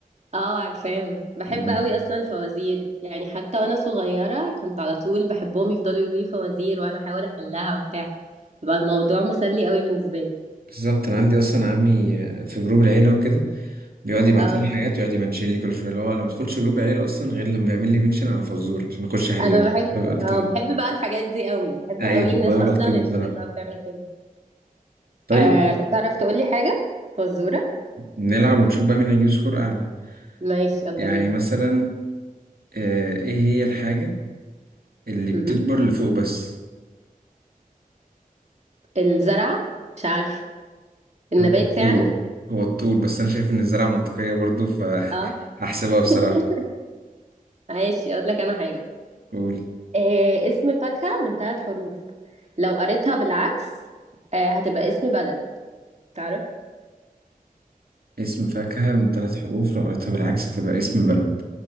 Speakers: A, on the right; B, on the right.
A: اه عارفاهم بحب
B: مم.
A: قوي اصلا فوازير يعني حتى وانا صغيره كنت على طول بحبهم يفضلوا يقولوا لي فوازير وانا احاول احلها وبتاع بقى الموضوع مسلي قوي بالنسبه لي
B: بالظبط انا عندي اصلا عمي في جروب العيله وكده بيقعد يبعت
A: اه
B: مم. لي حاجات يقعد يمنشن لي كل شويه اللي هو انا ما بدخلش جروب العيله اصلا غير لما يعمل لي منشن على فزوره عشان اخش احلها
A: انا بحب
B: بيبقى لطيف
A: اه بحب بقى الحاجات دي قوي بحب
B: ايوه
A: قوي الناس
B: والله بيبقى
A: اصلا
B: لطيف
A: اللي
B: بصراحه
A: هي بتعرف تعمل كده
B: طيب
A: آه طب تعرف تقول لي حاجه فزوره
B: نلعب ونشوف بقى مين هيجيب سكور اعلى
A: ماشي يلا
B: يعني
A: بينا
B: مثلا آه، ايه هي الحاجة اللي
A: م-
B: بتكبر
A: م.
B: لفوق بس
A: الزرعه مش عارف النبات
B: هو الطول
A: يعني
B: هو الطول بس انا شايف ان الزراعة منطقية برضو فهحسبها
A: اه
B: <laughs> بصراحة
A: <laughs> ماشي اقول لك انا حاجه
B: قول
A: آه، اسم فاكهة من ثلاث حروف لو قريتها بالعكس آه، هتبقى اسم بلد تعرف
B: اسم فاكهة من ثلاث حروف لو قريتها بالعكس تبقى اسم بلد